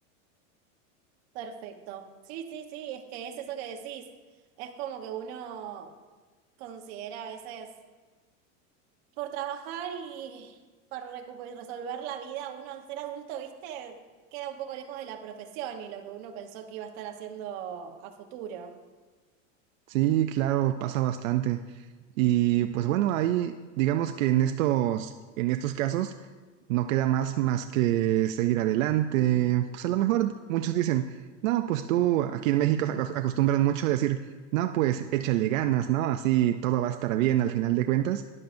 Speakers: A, on the right; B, on the right.
A: Perfecto. Sí, sí, sí, es que es eso que decís. Es como que uno considera a veces por trabajar y por recu- y resolver la vida, uno al ser adulto, viste, queda un poco lejos de la profesión y lo que uno pensó que iba a estar haciendo a futuro.
B: Sí, claro, pasa bastante. Y pues bueno, ahí digamos que en estos, en estos casos no queda más más que seguir adelante. Pues a lo mejor muchos dicen, no, pues tú aquí en México se acos- acostumbran mucho a decir, no, pues échale ganas, ¿no? Así todo va a estar bien al final de cuentas.